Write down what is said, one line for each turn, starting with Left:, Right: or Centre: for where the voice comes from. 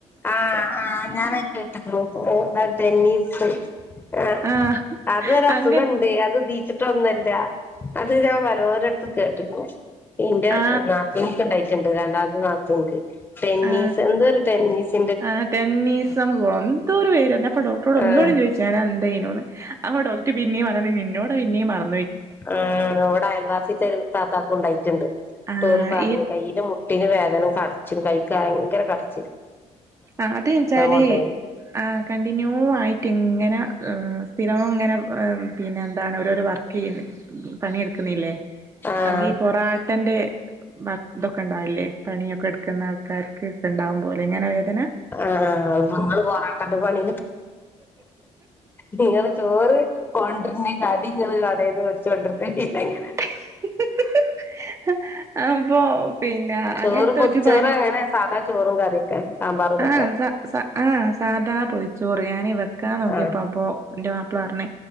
Left: ആ ആം ഞാൻ അത് കേട്ട്ക്കണ് ഓ മൈ ട്ടെല്ലി ശെരി ആ
Right: ആഹ്
Left: അതൊരസുഖൊണ്ട്
Right: അങ്ങൻ
Left: അത് തീച്ച ട്ടൊന്നല്ല അത് ഞാൻ വലോരടത്തും കേട്ടുക്ക്ണ് ഇന്റെ
Right: ആ
Left: നാതൂക്ക് ഇണ്ടായി ക്ക്ണ്ട് രണ്ടാമത്തെ നാത്തൂൻക്ക് ടെന്നീസ്
Right: ആ
Left: എന്തോ ഒരു ടെന്നീസ്
Right: ആ ടെന്നീസംമ്പോ എന്തോ ഒരു പേര് പറഞ് അപ്പൊ ഡോക്ടറോട് ഒന്നൂടെ
Left: ആഹ്
Right: ചോദിച്ച് ആരാ എന്തേയ്യുണൂന്ന് അപ്പൊ ഡോക്ട്ടർ പിന്നെയും പറഞ് നിന്നോ ഇപ്പ പിന്നെയും മറന്ന്
Left: ആ നമ്മടെ അയൽവാസി താത്താക്കും ഒണ്ടായിട്ടുണ്ട് ന്നിട്ട്
Right: ആ
Left: ഓര് പറഞ്
Right: ഈ
Left: കയ്യിന്റെ മുട്ടിന് വേദ നയും കടച്ചിലിം കൈക്ക് ഭയങ്കര കടച്ചി
Right: ആ അത്ച്ചാൽ
Left: കൊണ്ടോയി
Right: ആ കണ്ടിന്യൂ ആയിട്ട് ഇങ്ങനെ സ്ഥിരം ഇങ്ങനെ പിന്നെ എന്താണ് ഓരോരോ വർക്ക് ചെയ്യുന്ന് പണിയെടുക്കുന്നില്ലേ
Left: ആഹ്
Right: ഈ പൊറാ തന്റെ മ ഇതൊക്കെണ്ടാവില്ലേ പണിയൊക്കെ എടു ക്കുന്ന ആൾക്കാർക്ക് ക്കണ്ടാവും പോലെ ഞനവേദന
Left: ആ ആ അപ്പൊ നിങ്ങള് പൊറാട്ട പണി നിങ്ങള് ചോറ് കൊണ്ടര്നേകാട്ടി നിങ്ങൾ കടേന്ന് വേട്ച്ച് കൊണ്ടര്ന്നേകാട്ടി പിന്നെങ്ങനെ
Right: <inaudible> അപ്പൊ പിന്നെ
Left: ചോറ്
Right: അങ്ങനത്തെ
Left: പൊതിച്ചോറ്
Right: ഒരു പണി-
Left: അങ്ങനെ സാധാ ചോറും കറിയൊക്കെ- സാമ്പാറും ഇതൊക്കെ
Right: ആ സ സ ആ സാദാ പൊതി- ചോറ് ഞാനിവർ വെക്കാൻ നോക്കിയപ്പോ
Left: ആഹ്
Right: അപ്പോ ഇന്റെ വാ പ്പ പറഞ്